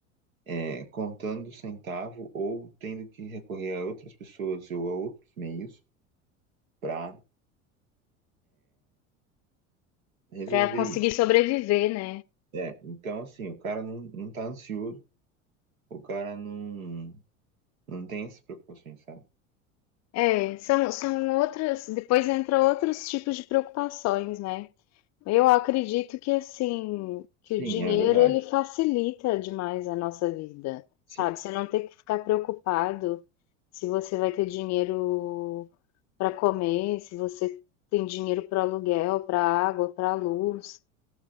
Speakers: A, on the right (about 85°); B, on the left (about 40°).
A: é, contando centavo ou tendo que recorrer a outras pessoas ou a outros meios para resolver
B: Para conseguir
A: isso.
B: sobreviver, né?
A: É, então assim, o cara não, não tá ansioso, o cara não Não tem essas preocupações, sabe?
B: É, são, são outras. Depois entra outros tipos de preocupações, né? Eu acredito que assim, que
A: Sim,
B: o dinheiro
A: é verdade.
B: ele facilita demais a nossa vida, sabe?
A: Sim.
B: Você não ter que ficar preocupado se você vai ter dinheiro para comer, se você tem dinheiro para aluguel, para água, para luz.